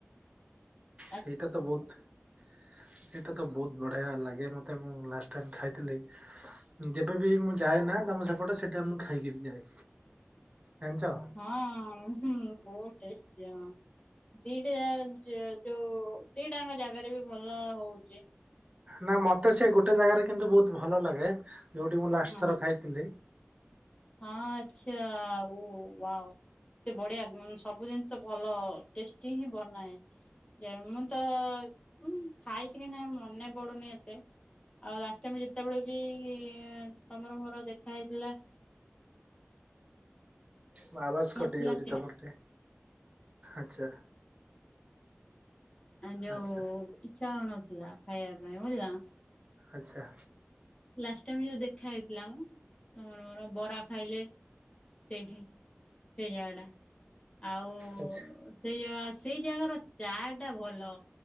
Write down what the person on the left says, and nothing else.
ଚୁ ଚୁ
ହଁ ଉହୁଁ ବହୁତ ଟେଷ୍ଟି ଆମ ଦିଟା ଯ ଯୋଉ ଦିଟାଙ୍କ ଜାଗାରେ ବି ଭଲ ହଉଚି
ହଁ
ହଁ ଆଚ୍ଛା ଓ ୱାଓ। ଏତେ ବଢିଆ ସବୁ ଜିନିଷ ଭଲ ଟେଷ୍ଟି ହିଁ ବନାଏ। ଯେ ମୁଁ ତ ମୁଁ ଖାଇଚି କି ନାଇଁ ମନେ ପଡୁନି ଏତେ। ଆଉ ଲାଷ୍ଟ ଟାଇମ ଯେତେବେଳେ ବି ତମର ମୋର ଦେଖା ହେଇଥିଲା
ନଥିଲା
ଥିଲା,
ଆ ଯଉ
ଇଚ୍ଛା ହଉନଥିଲା ଖାଇବା ପାଇଁ ବୁଝିଲ।
ଲାଷ୍ଟ ଟାଇମ ଯୋଉ ଦେଖା ହେଇଥିଲା ମ ତମର ମୋର ବରା ଖାଇଲେ। ସେଇଠି ସେଇ ଜାଗାଟା ଆଉ
ସେୟା ସେଇ ଜାଗାର ଚା ଟା ଭଲ